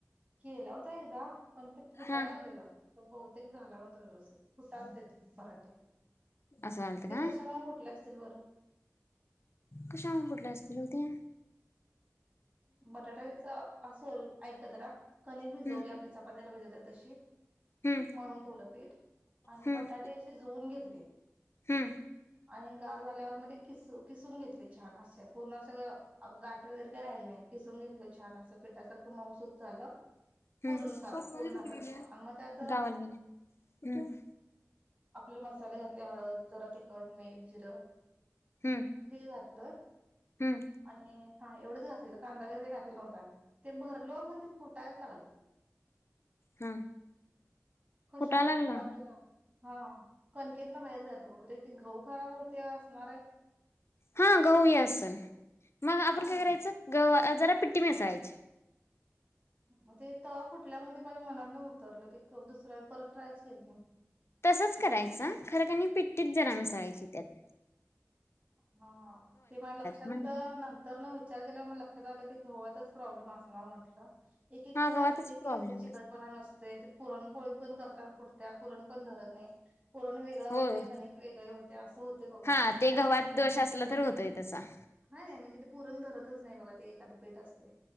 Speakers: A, on the right (about 30°); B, on the left (about 50°).
A: केला होता एक एकदा - पण ते फुटायला
B: हा
A: लागलेलं तो बहुतेक झाला नव्हता तो व्यवस्थित फुटलतेत पराठे-
B: असं घालता
A: ते
B: का
A: कशा मुळ फुटलं असतील. सिल्वरर
B: कशा फुटल्या असतील ओ त्या!
A: बटाट्याच अस ऐका जरा कणिक भिजवली
B: हम्म
A: आपली चपात्याला भिजवत्यात! तसे
B: हम्म
A: मळून ठेवलं पीठ आणि
B: हम्म
A: बटाटे शिजवून घेतले
B: हम्म
A: आणि गार झाल्यावर मध्ये किसू - खिसून घेते. छान असे पूर्ण अस गाठ वगैरे काय राहिले नाही खिसून घेतल छान अस पिठासारखं - मऊ सूद झालं.
B: हम्म
A: पूर्ण
B: स्वप्नाली
A: सारखं पूर्णासारखं
B: कुठ गेल्या
A: आणि मग त्यात
B: गावाला गेल्या कुठ!
A: आपले मसाले घातले हळद जरा तिखट मीठ जिरं
B: हम्म
A: हे वाटलं
B: हम्म
A: आणि - हा एवढच घातल्याल! कांदा वैगेरे घातलं नव्हता आम्ही! ते भरलो मग ते फुटायच लागल
B: हा
A: कशामुळे
B: फुटाय लागला
A: फुटलात काय माहिती हां हा कणिकेतन बाहेर जायलत! ते गऊ खराब होते असणार आहेत.
B: हा गहू ही असल मग आपण
A: हाय नाही
B: काय करायचं ग! जरा पिट्टी मिसळायची!
A: मग ते त फुटल्यामुळे ते माझ्या मनात नाही उतरलं ते दुसऱ्या परत ट्रायच केली नाही.
B: तसंच करायचं खरं क पिट्टीत जरा मिसाळायची त्यात -
A: हां ते मा लक्षात
B: म्हण
A: द नंतर न विचार केलावर म लक्षात आलं. ते गव्हताच - प्रॉब्मम असणार मम्हटलं एक -एक
B: हा
A: पीठ
B: गव्हातच
A: असते
B: प्रॉब्लेम
A: की अस चिकटपणा नसतय! पुरणपोळी पण करतान फुटत्या पुरण पण धरत नाही. पुरण वेगळा होतय
B: होय
A: कणिक वेगळे होते असं होतेय बघा
B: हा
A: -
B: ते गव्हात दोष असला तर होतोय तसा -
A: नाही नाही म्हणजे ते पुरण धरतच नाही बघा ते. त्यात पीठ असतय.